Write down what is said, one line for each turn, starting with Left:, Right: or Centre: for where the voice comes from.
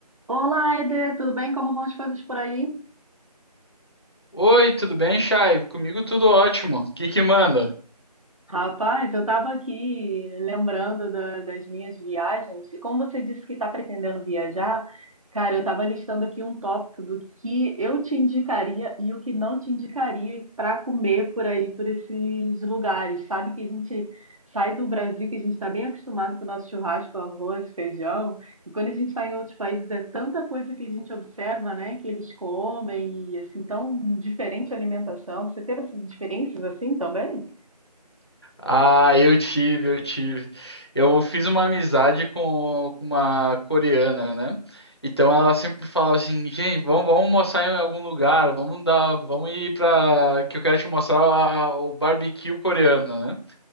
Right: Olá, Eder, tudo bem? Como vão as coisas por aí?
Left: Oi, tudo bem, Chay? Comigo tudo ótimo. O que que manda?
Right: Rapaz, eu estava aqui lembrando da- das minhas viagens, e como você disse que está pretendendo viajar, cara, eu estava listando aqui um tópico do que eu te indicaria e o que não te indicaria para comer por aí, por esses lugares. Sabe que a gente sai do Brasil, que a gente está bem acostumado com o nosso churrasco, arroz, feijão, e quando a gente está em outros países é tanta coisa que a gente observa, né, que eles comem, e assim, tão diferente a alimentação. Você teve essas experiências assim também?
Left: Ah, eu tive, eu tive. Eu fiz uma amizade com com uma coreana, né? Então ela sempre falava assim, gente, vamos, vamos almoçar em algum lugar, vamos dar, vamos ir pra. que eu quero te mostrar a- o barbecue coreano, né?